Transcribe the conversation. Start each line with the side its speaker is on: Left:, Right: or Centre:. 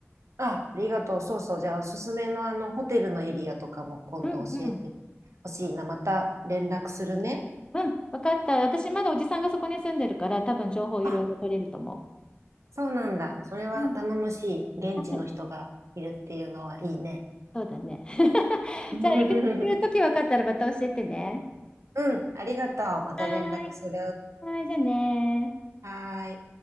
Right: あ、ありがとう。そうそう。じゃあ、おすすめのあの、ホテルのエリアとかも今度教えて
Left: うんうん。
Right: ほしいな。また連絡するね。
Left: うん、分かった。私、まだおじさんがそこに住んでるから、多分情報いろいろ取れると思
Right: あそうなんだ。それは頼もしい。
Left: う。うん。
Right: 現地の人がいるっていうのはいいね。
Left: はい、そうだね。<laughs>
Right: <laughs>
Left: じゃあ、行く行く時分かったらまた教えてね。
Right: うん、ありがとう。また連絡する。
Left: はーい。はーい、じゃあねー
Right: はーい。